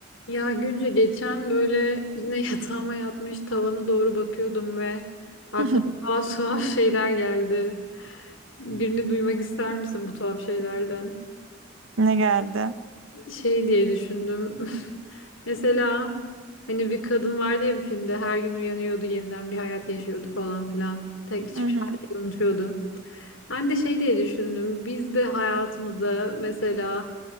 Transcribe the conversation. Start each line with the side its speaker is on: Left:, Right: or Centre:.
Left: Ya Gülce geçen böyle yine <laughs> yatağıma yatmış tavana doğru bakıyordum ve aklıma
Right: <laughs>
Left: tuhaf tuhaf şeyler geldi. Birini duymak ister misin bu tuhaf şeylerden?
Right: Ne geldi?
Left: Şey diye düşündüm. <laughs> Mesela hani bir kadın vardı ya bir filmde her gün uyanıyordu yeniden bir hayat yaşıyordu falan filan. Tek hiçbir
Right: Hı hı.
Left: şey unutuyordu. Ben de şey diye düşündüm. Biz de hayatımızda mesela